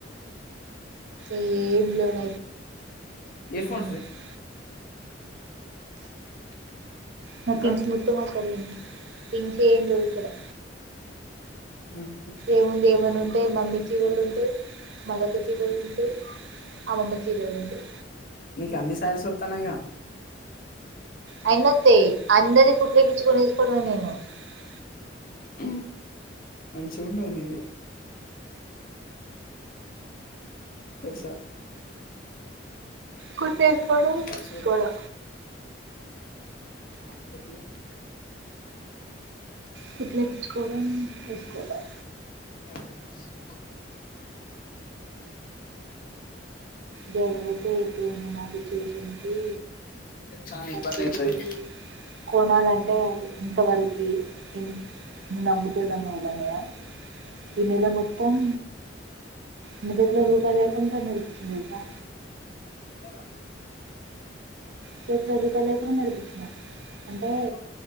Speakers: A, on the right (about 65°); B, on the left (about 45°).
A: ఏం లేవ్
B: ఇయర్ ఫోన్స్
A: <unintelligible>
B: తీ
A: నథింగ్
B: అక్క
A: మొత్తం వస్తది కదా నీకి ఇంకేం లేదు కదా
B: ఉమ్,
A: ఏముంది ఏమన్నా ఉంటే మమ్మీ చీరలు ఉంటే మాదక్క చీరలు ఉంటే అమ్మమ్మ చీరలు ఉంటాయి
B: నీకు అన్ని సారీస్ వస్తన్నాయిగా
A: ఆ ఎన్నత్తే అందరి కుట్లు ఇప్పించుకొని <unintelligible>
B: హు మంచి ఉండది నీదే తెలుసా
A: కుట్టేసుకోవడం
B: ఖర్చు
A: కూడా
B: హు చెప్పు ఇగ
A: కుట్లేపిచ్చుకోవడం వేసుకోవడం
B: <unintelligible>
A: జరిగితే ఎప్పుడైనా నాది చేసింది
B: చానా
A: ప్రతిదీ
B: ఇబ్బంది అయితది
A: కొనాలంటే అదే ఇంతవరకి ఇ నమ్ముతూ నమ్మే దానివా ఈ నెల మొత్ త్తం నా జేబులో రూపాయి లేకుండా నడిపించిన తెలుసా
B: అర్థం కాలే
A: చేతుల రూపాయి లేకున్నా నడిపించిన అంటే
B: అమ్మా